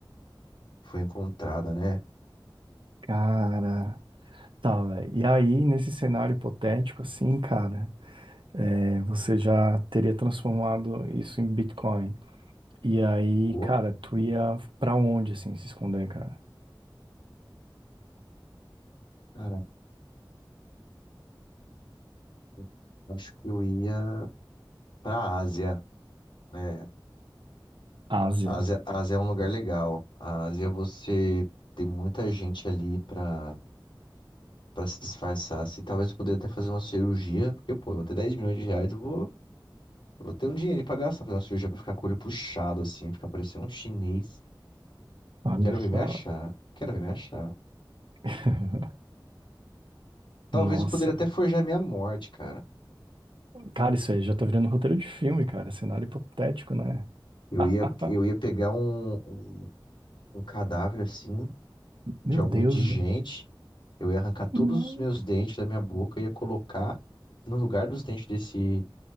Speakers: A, on the left (about 75°); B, on the right (about 85°).
A: foi encontrada, né?
B: Cara. Tá, velho. E aí, nesse cenário hipotético, assim, cara, é, você já teria transformado isso em Bitcoin. E aí,
A: Pô,
B: cara, tu ia pra onde, assim, se esconder, cara?
A: cara, eu acho que eu ia pra Ásia, né?
B: Ásia.
A: A Ásia, a Ásia é um lugar legal. A Ásia, você tem muita gente ali pra, pra se disfarçar. Assim, talvez eu poderia até fazer uma cirurgia, porque, pô, eu vou ter 10 milhões de reais, eu vou Eu vou ter um dinheiro pra gastar, fazer uma cirurgia pra ficar com o olho puxado, assim, ficar parecendo um chinês.
B: Olha
A: Quero
B: só.
A: ver me achar. Quero ver me achar.
B: <laughs>
A: Talvez
B: Nossa.
A: eu poderia até forjar minha morte, cara.
B: Cara, isso aí já tá virando roteiro de filme, cara. Cenário hipotético, né?
A: Eu
B: <laughs>
A: ia, eu ia pegar um, um, um cadáver, assim,
B: Meu
A: de algum
B: Deus,
A: indigente.
B: velho.
A: Eu ia arrancar todos
B: Não.
A: os meus dentes da minha boca, ia colocar no lugar dos dentes desse,